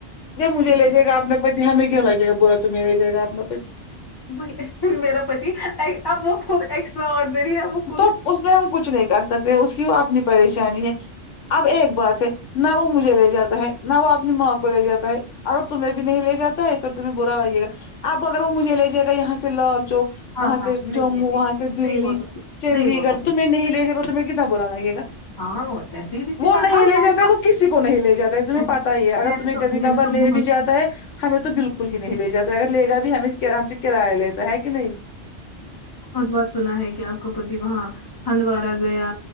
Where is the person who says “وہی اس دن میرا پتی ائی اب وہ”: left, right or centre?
Left